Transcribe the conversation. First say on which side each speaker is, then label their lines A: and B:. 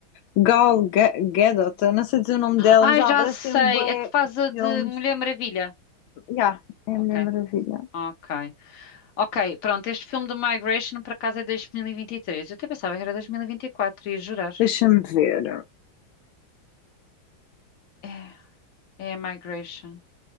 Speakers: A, on the left (about 80°); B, on the left (about 50°).
A: Gal Ga- Gadot, eu não sei dizer o nome dela,
B: Ai,
A: mas ela
B: já
A: aparece
B: sei,
A: em bué
B: é que faz a de
A: filmes.
B: Mulher Maravilha.
A: Ya, é
B: Ok,
A: a Mulher Maravilha.
B: ok, ok, pronto, este filme do Migration por acaso é 2023. Eu até pensava que era 2024, ia jurar.
A: Deixa-me ver.
B: É, é a Migration.